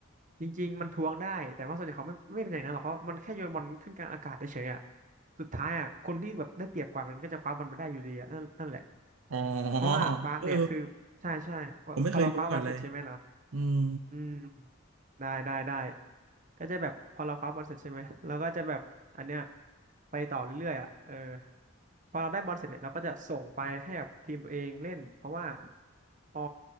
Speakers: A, on the right; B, on the right.
A: จริงๆมันทวงได้แต่ว่าส่วนใหญ่เขาไม่ไม่เป็นอย่างนั้นหรอกเพราะมันแค่โยนบอลขึ้นกลางอากาศเฉยๆอ่ะสุดท้ายอ่ะคนที่แบบได้เปรียบกว่ามันก็จะคว้าบอลไปได้อยู่ดีอะนั่นนั่นแหละ
B: อ๋อ
A: เพราะว่าบาสเนี่ยคือใช่ใช่พอพอเราคว้าบอลเสร็จใช่ไหมล่ะ
B: เออผมไม่เคยรู้มาก่อนเลยอืม
A: อืม ได้ได้ได้ก็จะแบบพอเราคว้าบอลเสร็จใช่ไหมเราก็จะแบบอันเนี้ยไปต่อเรื่อยๆอ่ะเออพอเราได้บอลเสร็จเนี่ยเราก็จะส่งไปให้กับทีมตัวเองเล่นเพราะว่าพอ